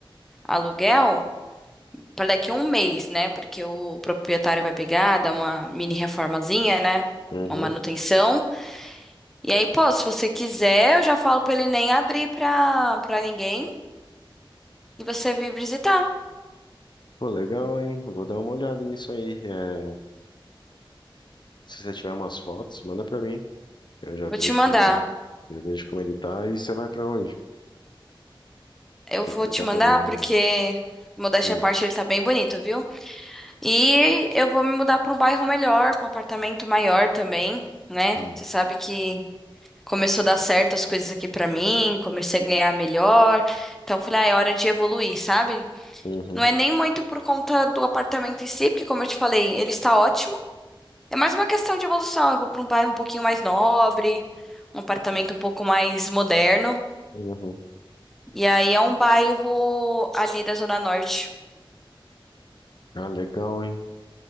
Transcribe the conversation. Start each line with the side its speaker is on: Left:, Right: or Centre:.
Centre: aluguel pra daqui um mês, né? Porque o proprietário vai pegar, dar uma mini reformazinha, né?
Left: Uhum.
Centre: Uma manutenção. E aí, pô, se você quiser, eu já falo pra ele nem abrir pra, pra ninguém. E você vir visitar.
Left: Pô, legal, hein? Vou dar uma olhada nisso aí. É, Se você tiver umas fotos, manda pra mim. Eu já
Centre: Vou
Left: vejo
Centre: te mandar.
Left: como que, é. já vejo como ele tá. E você vai pra onde? O
Centre: Eu
Left: que
Centre: vou
Left: que você
Centre: te
Left: tá
Centre: mandar
Left: planejando?
Centre: porque, modéstia
Left: Hum,
Centre: à parte, ele tá bem bonito, viu? E eu vou me mudar pra um bairro melhor, pra um apartamento maior também, né?
Left: hum,
Centre: Você sabe que começou a dar certo as coisas aqui pra mim, comecei a ganhar melhor. Então, eu falei, ah, é hora de evoluir, sabe?
Left: uhum,
Centre: Não é nem muito por conta do apartamento em si, porque, como eu te falei, ele está ótimo. É mais uma questão de evolução. Eu vou pra um bairro um pouquinho mais nobre, um apartamento um pouco mais moderno.
Left: uhum.
Centre: E aí é um bairro ali da Zona Norte.
Left: Ah, legal, hein?